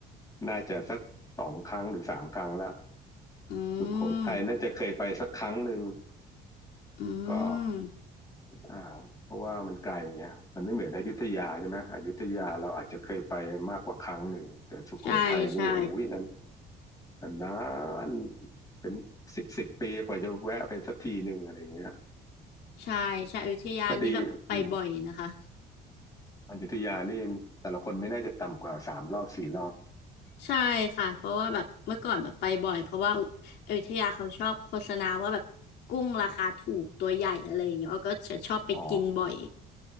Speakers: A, on the left; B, on the left.
A: น่าจะสักสองครั้งหรือสามครั้งละ
B: อื
A: สุโขทัยน่าจะเคยไปสักครั้งหนึ่ง
B: มอื
A: ก็
B: ม
A: อ่าเพราะว่ามันไกลเงี้ยมันไม่เหมือนอยุธยาใช่ไหมอยุธยาเราอาจจะเคยไปมากกว่าครั้งหนึ่งแต่สุโขทัยนี่โอ้ยนั้น
B: ใช่ใช่
A: นานๆเป็นสิบสิบปีกว่าจะแวะไปสักทีหนึ่งอะไรเงี้ย
B: ใช่ใช่อยุธยานี่แบบไปบ่อยนะคะ
A: ก็ดีอืมอยุธยานี่แต่ละคนไม่น่าจะต่ำกว่าสามรอบสี่รอบ
B: ใช่ค่ะเพราะว่าแบบเมื่อก่อนแบบไปบ่อยเพราะว่าอุอยุธยาเขาชอบโฆษณาว่าแบบกุ้งราคาถูกตัวใหญ่อะไรอย่างเงี้ยอ้อก็จะชอบไปกินบ่อย
A: อ๋อ